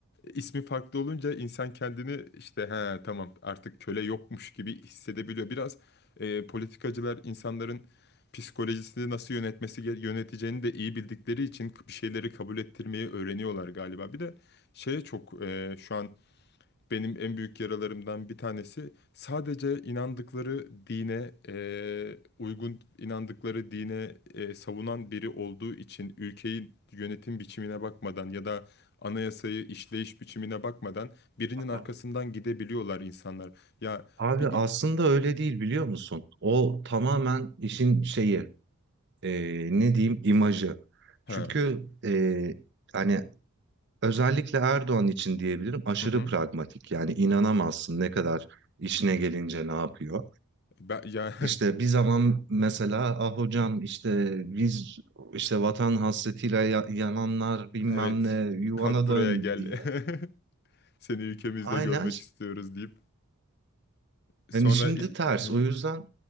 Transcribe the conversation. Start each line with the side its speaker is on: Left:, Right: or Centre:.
Left: ismi farklı olunca insan kendini işte he tamam artık köle yokmuş gibi hissedebiliyor. Biraz e, politikacılar insanların psikolojisini nasıl yönetmesi ge- yöneteceğini de iyi bildikleri için bir şeyleri kabul ettirmeyi öğreniyorlar galiba. Bir de şeye çok e, şu an benim en büyük yaralarımdan bir tanesi sadece inandıkları dine e, uygun inandıkları dine e, savunan biri olduğu için ülkeyi yönetim biçimine bakmadan ya da anayasayı işleyiş biçimine bakmadan birinin
Right: Aha.
Left: arkasından gidebiliyorlar insanlar. Ya
Right: Abi
Left: bir
Right: aslında öyle değil biliyor musun? O tamamen işin şeyi, e, ne diyeyim imajı.
Left: ha.
Right: Çünkü e, hani özellikle Erdoğan için diyebilirim aşırı
Left: Hı hı.
Right: pragmatik. Yani inanamazsın ne kadar işine gelince ne yapıyor.
Left: Ben, ya
Right: İşte bir zaman mesela ah hocam işte biz işte vatan hasretiyle ya- yananlar bilmem
Left: <laughs> evet
Right: ne yuvana
Left: kalk buraya
Right: dön
Left: gel.
Right: diye.
Left: <laughs> Seni ülkemizde
Right: Aynen
Left: görmek istiyoruz deyip sonra
Right: hani şimdi
Left: iş-
Right: ters
Left: Hı hı.
Right: o yüzden